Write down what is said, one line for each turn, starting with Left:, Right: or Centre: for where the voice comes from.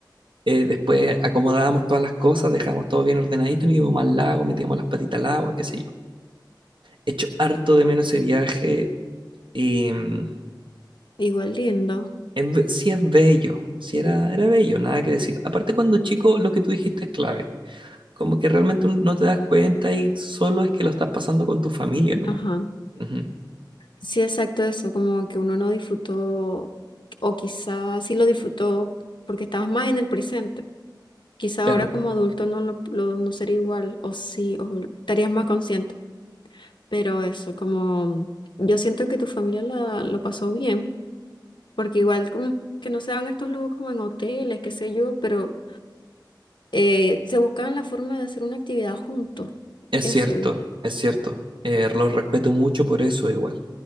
Right: Eh, después acomodábamos todas las cosas, dejábamos todo bien ordenadito, nos íbamos al lago, metíamos las patitas al agua, qué sé yo. Hecho harto de menos ese viaje. Y mm,
Left: Igual lindo.
Right: es be- sí es bello, sí era, era bello, nada que decir. Aparte cuando chico, lo que tú dijiste es clave. como que realmente no te das cuenta y solo es que lo estás pasando con tu familia nomás.
Left: Ajá.
Right: Ujú.
Left: Sí, exacto eso, como que uno no disfrutó, o quizás sí lo disfrutó porque estabas más en el presente. Quizá
Right: Claro,
Left: ahora como adulto no lo, lo- no sería igual, o sí, o estarías más consciente. Pero eso, como yo siento que tu familia la, lo pasó bien, porque igual como que no se dan estos lujos como en hoteles, qué sé yo, pero eh, se buscaban la forma de hacer una actividad juntos.
Right: es
Left: Eso,
Right: cierto,
Left: y
Right: es cierto. Eh, los respeto mucho por eso igual.